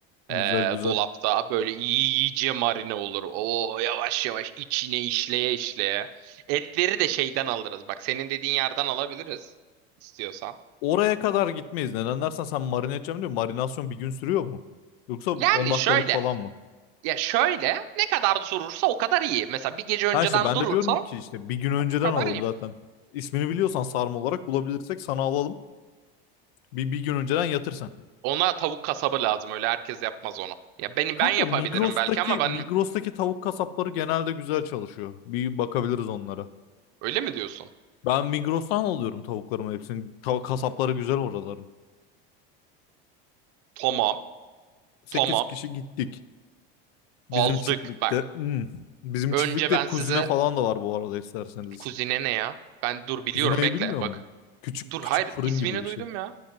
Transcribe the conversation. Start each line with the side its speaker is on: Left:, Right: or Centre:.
Left: Güzel
Right: Ee,
Left: güzel.
Right: dolapta böyle iyice marine olur. O yavaş yavaş içine işleye işleye. Etleri de şeyden alırız. Bak senin dediğin yerden alabiliriz istiyorsan.
Left: Oraya kadar gitmeyiz. Neden dersen sen marine edeceğim diyor. Marinasyon bir gün sürüyor mu? Yoksa 10
Right: Yani
Left: dakikalık
Right: şöyle
Left: falan mı?
Right: ya şöyle ne kadar durursa o kadar iyi. Mesela bir gece önceden
Left: Ha işte ben
Right: durursa
Left: de diyorum ki işte bir gün önceden
Right: o kadar
Left: alalım
Right: iyi.
Left: zaten. İsmini biliyorsan sarma olarak bulabilirsek sana alalım. Bir, bir gün önceden yatırsan.
Right: Ona tavuk kasabı lazım. Öyle herkes yapmaz onu. Ya beni
Left: Kanka
Right: ben yapabilirim
Left: Migros'taki
Right: belki ama ben
Left: Migros'taki tavuk kasapları genelde güzel çalışıyor. Bir bakabiliriz onlara.
Right: öyle mi diyorsun?
Left: Ben Migros'tan alıyorum tavuklarımı hepsini. Tav- kasapları güzel oraların.
Right: Tamam.
Left: Sekiz
Right: Tamam.
Left: kişi gittik bizim
Right: Aldık
Left: çiftlikte.
Right: bak.
Left: Hmm. Bizim
Right: Önce
Left: çiftlikte
Right: ben
Left: kuzine
Right: size
Left: falan da var bu arada isterseniz.
Right: kuzine ne ya? Ben dur biliyorum
Left: Kuzinayı
Right: bekle
Left: bilmiyor
Right: bak.
Left: mu? Küçük
Right: Dur
Left: küçük
Right: hayır
Left: fırın
Right: ismini
Left: gibi bir
Right: duydum
Left: şey.
Right: ya.